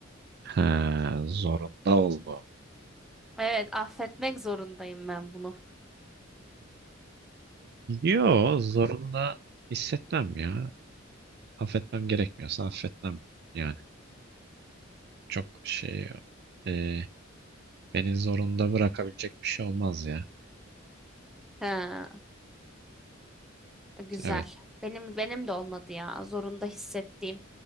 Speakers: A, on the right; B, in the centre.
A: Ha, zorunda oldu.
B: Evet, affetmek zorundayım ben bunu.
A: Yo zorunda hissetmem ya. Affetmem gerekmiyorsa affetmem. Yani çok şey e, beni zorunda bırakabilecek bir şey olmaz ya.
B: Ha, güzel.
A: Evet.
B: Benim benim de olmadı ya. Zorunda hissettiğim.